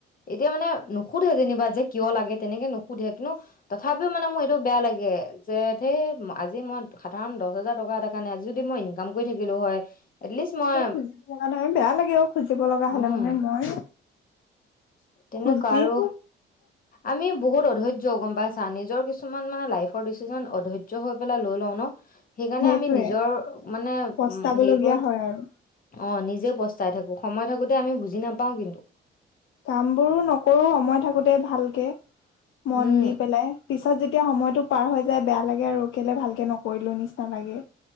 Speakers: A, on the left; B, on the left.
A: এতিয়া, মানে নুসুধে। যেনিবা, কিয় লাগে? তেনেকে নুসুধে, কিন্তু তথাপিও, মানে মোৰ এইটো বেয়া লাগে। যে ধেই, আজি মই সাধাৰণ দহহাজাৰ টকা এটা কাৰণে, আজি যদি মই ইনকাম কৰি থাকি কৰিলো হয়। এটলিষ্ট, মই।
B: এতিয়া খুজিব লগা নহয় বেয়া লাগে অ', খুজিব লগা
A: উম
B: হ'লে, মানে, মই
A: তেনেকুৱা,
B: খুজিব
A: আৰু আমি বহুত অধৈৰ্য্য গম পাইছা। নিজৰ কিছুমান, মানে, লাইফৰ ডিচিজন অধৈৰ্য্য হৈ পেলাই লৈ লওঁ, ন? সেইকাৰণে,
B: সেইটোৱে
A: আমি নিজৰ, মানে,
B: পস্তাবলগীয়া
A: হেৰি বোৰত
B: হয় আৰু।
A: অ', নিজেই পস্তাই থাকোঁ। সময় থাকোঁতে আমি বুজি নাপাওঁ, কিন্তু।
B: কামবোৰো নকৰোঁ। সময় থাকোঁতে ভালকৈ মন
A: উম
B: দি পেলাই। পিছত, যেতিয়া সময়টো পাৰ হৈ যায়, বেয়া লাগে আৰু। কেলে ভালকৈ নকৰিলোঁ নিচিনা লাগে।